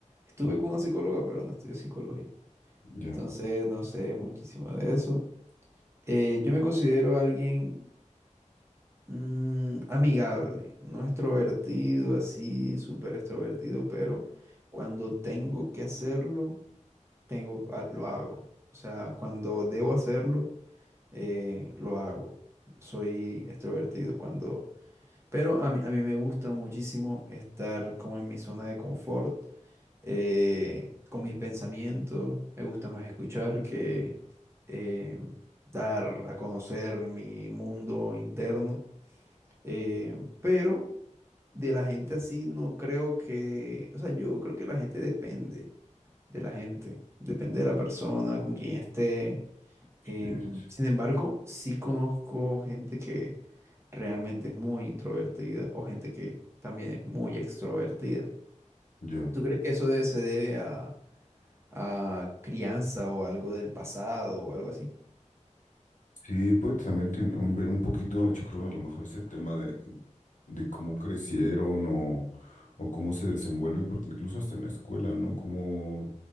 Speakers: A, on the right; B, on the left.
A: estuve
B: Ujú.
A: con una psicóloga, pero no estudio psicología,
B: Ya,
A: entonces no sé muchísimo de eso. Eh, yo me considero alguien mm, amigable, no extrovertido, así súper extrovertido, pero cuando tengo que hacerlo, tengo, ah, lo hago. O sea, cuando debo hacerlo, eh, lo hago. Soy extrovertido cuando... Pero a mí, a mí me gusta muchísimo estar como en mi zona de confort eh, con mis pensamientos, me gusta más escuchar que eh, dar a conocer mi mundo interno, eh, pero de la gente así no creo que, o sea, yo creo que la gente depende de la gente, depende de la persona con quien esté.
B: sí,
A: em,
B: sí, sí.
A: sin embargo, sí conozco gente que realmente es muy introvertida o gente que también es muy extrovertida.
B: Ya.
A: ¿Tú crees que eso de- se debe a a crianza o algo del pasado o algo así.
B: Sí, pues también ten- un- ver un poquito, yo creo a lo mejor ese tema de, de cómo crecieron o, o cómo se desenvuelven, porque incluso hasta en la escuela, ¿no? Cómo